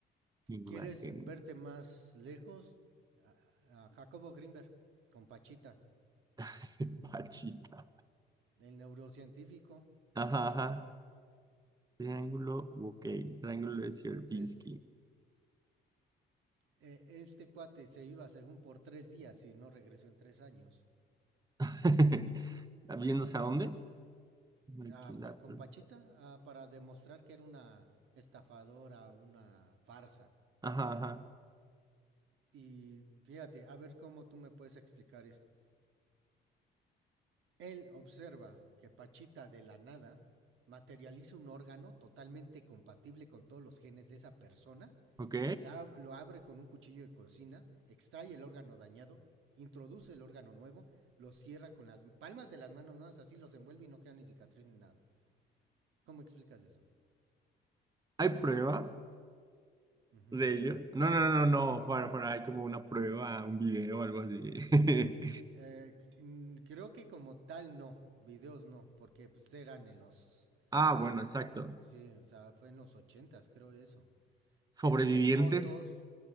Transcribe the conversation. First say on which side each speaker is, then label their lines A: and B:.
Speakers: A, on the right; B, on the right.
A: imágenes.
B: ¿Quieres verte más lejos? A, a Jacobo Greenberg, con Pachita,
A: <laughs> Pachita.
B: el neurocientífico.
A: Ajá, ajá. Triángulo, ok, triángulo
B: Entonces,
A: de Sierpinski.
B: eh, este cuate se iba según por tres días y no regresó en tres años.
A: <laughs> ¿Viéndose a dónde? Equilatero.
B: A, pa- con Pachita a- para demostrar que era una estafadora, una farsa.
A: Ajá, ajá.
B: Y fíjate, a ver cómo tú me puedes explicar esto. Él observa que Pachita de la nada materializa un órgano totalmente compatible con todos los genes de esa persona,
A: ¿Ok?
B: la- lo abre con un cuchillo de cocina, extrae el órgano dañado, introduce el órgano nuevo, lo cierra con las palmas de las manos, nada más así los envuelve y no queda ni cicatriz ni nada. ¿Cómo explicas eso?
A: ¿Hay prueba
B: Ujú.
A: de ello? No, no, no, no, no, fuera, fuera, hay como una prueba, un video o algo así. <laughs>
B: Eh, mm, creo que como tal no, videos no, porque pues, eran en los...
A: Ah,
B: so-
A: bueno, exacto.
B: sí, o sea, fue en los ochentas, creo eso.
A: Sobrevivientes.
B: Pero si hay fotos,